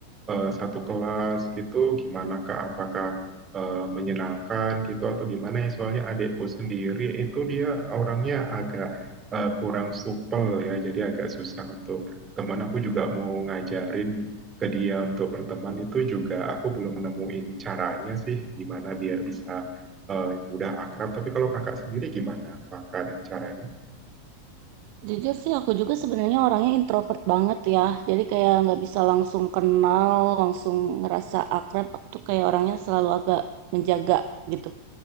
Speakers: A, on the right; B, on the right.
A: eh, satu kelas gitu, gimana Kak? Apakah eh, menyenangkan gitu atau gimana ya? Soalnya adikku sendiri itu dia orangnya agak eh, kurang supel ya, jadi agak susah untuk teman aku juga mau ngajarin ke dia untuk berteman itu juga aku belum nemuin caranya sih gimana biar bisa eh, mudah akrab. Tapi kalau kakak sendiri gimana? Apakah ada caranya?
B: Jujur sih aku juga sebenarnya orangnya introvert banget ya. Jadi kayak nggak bisa langsung kenal, langsung ngerasa akrab. Aku tuh kayak orangnya selalu agak menjaga gitu,